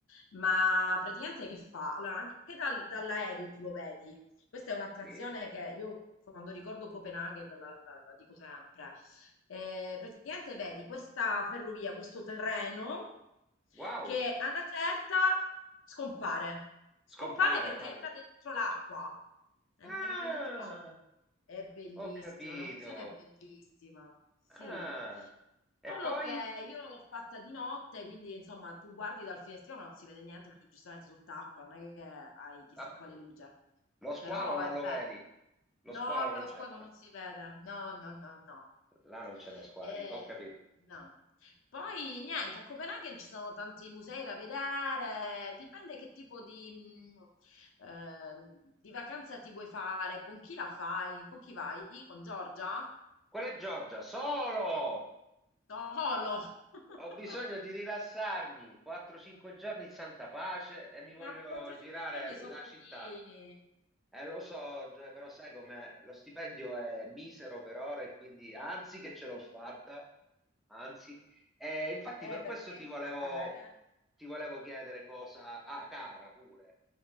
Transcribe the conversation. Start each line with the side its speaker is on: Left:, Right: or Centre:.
Left: ma praticamente che fa? Allora, anche dal- dall'aereo tu lo vedi. Questa è un'attrazione
Centre: Sì?
Left: che io quando ricordo Copenaghen la, la- la dico sempre. Ehm, praticamente vedi questa ferrovia, questo treno
Centre: Wow,
Left: che a una certa scompare. Scompare
Centre: scompare
Left: perché
Centre: proprio.
Left: entra dentro l'acqua. En-
Centre: Ah,
Left: Entra dentro l'acqua. È bellissima,
Centre: ho capito.
Left: è un'emozione bellissima. Sì.
Centre: Ah, e
Left: Solo
Centre: poi?
Left: che io l'ho fatta di notte, quindi insomma tu guardi dal finestrino ma non si vede niente perché giustamente sott'acqua, non è che hai chissà
Centre: Vabbè,
Left: quale luce,
Centre: lo squalo
Left: però
Centre: non
Left: è bella.
Centre: lo vedi? Lo
Left: No,
Centre: squalo non
Left: lo
Centre: c'è.
Left: squalo non si vede, no, no, no, no.
Centre: Là non ce n'è squali,
Left: Eh,
Centre: ho capito.
Left: no. Poi niente, a Copenaghen ci sono tanti musei da vedere, dipende che tipo di, mh, ehm, di vacanza ti vuoi fare, con chi la fai, con chi vai, con Giorgia?
Centre: Quella è Giorgia, solo!
Left: Solo! <laughs>
Centre: Ho bisogno di rilassarmi. 4-5 giorni in santa pace e mi voglio
Left: Ma 4-5
Centre: girare
Left: giorni
Centre: la
Left: sono pochini,
Centre: città. Eh, lo so, Gioia, però sai com'è? Lo stipendio è misero per ora e quindi anzi che ce l'ho fatta, anzi. E infatti
Left: eh,
Centre: per
Left: perché
Centre: questo
Left: è
Centre: ti volevo,
Left: cara, eh?
Centre: ti volevo chiedere cosa... Ah, cara, pure.